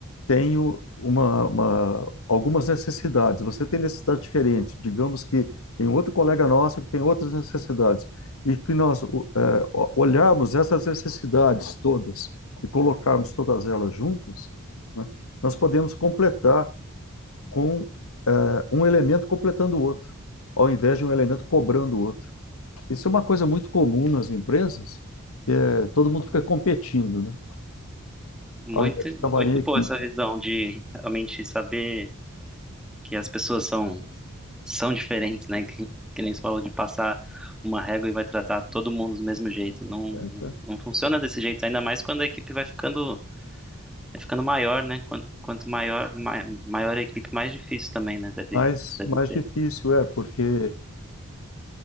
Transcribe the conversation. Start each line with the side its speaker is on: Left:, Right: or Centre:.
Left: tenho uma, uma- algumas necessidades, você tem necessidades diferentes, digamos que tem outro colega nosso que tem outras necessidades, e que nós o- é, o- olharmos essas necessidades todas e colocarmos todas elas juntas, né, nós podemos completar com um elemento completando o outro, ao invés de um elemento cobrando o outro. Isso é uma coisa muito comum nas empresas, que é, todo mundo fica competindo, né?
Centre: Muito,
Left: ao invés de
Centre: muito
Left: trabalhar em equipe.
Centre: boa essa visão de realmente saber que as pessoas são, são diferentes, né? <laughs> Que, que nem você falou de passar uma régua e vai tratar todo mundo do mesmo jeito. Não,
Left: Né?
Centre: não funciona desse jeito, ainda mais quando a equipe vai ficando, vai ficando maior, né? Quanto, quanto maior, ma- maior a equipe, mais difícil também, né? Deve,
Left: Mas
Centre: deve
Left: mais
Centre: ter.
Left: difícil é, porque